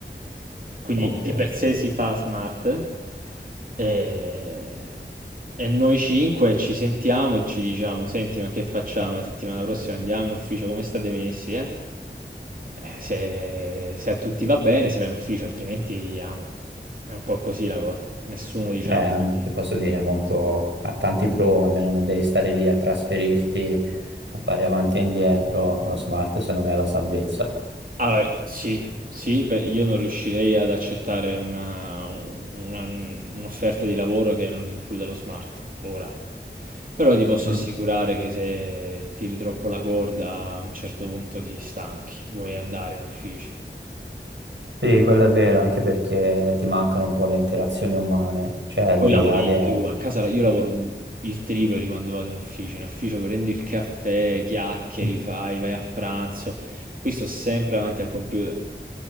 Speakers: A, on the right (about 50°); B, on the right (about 80°).
A: quindi
B: ok.
A: di per sé si fa smart e, e noi cinque ci sentiamo e ci diciamo, senti, ma che facciamo la settimana prossima? Andiamo in ufficio, come state messi? eh?" Eh, se, se a tutti va bene si va in ufficio, altrimenti amen. È un po' così la cosa. Nessuno, diciamo,
B: Beh,
A: ti-
B: ti posso dire, molto, ha tanti pro, almeno non devi stare lì a trasferirti, a fare avanti e indietro. Lo smart, secondo me, è la salvezza.
A: Allora, sì, sì, beh, io non riuscirei ad accettare una, una- un'offerta di lavoro che non includa lo smart ora. Però ti posso
B: Mm.
A: assicurare che se tiri troppo la corda a un certo punto ti stanchi, vuoi andare in ufficio.
B: Sì, quello è vero, anche perché ti mancano un po' le interazioni umane. Cioè,
A: Poi
B: l'ideale
A: lavori di
B: è...
A: più, a casa la- io lavoro un- il triplo di quando vado in ufficio, in ufficio prendi il caffè, chiacchieri,
B: mm,
A: fai, vai a pranzo, qui sto sempre davanti al computer.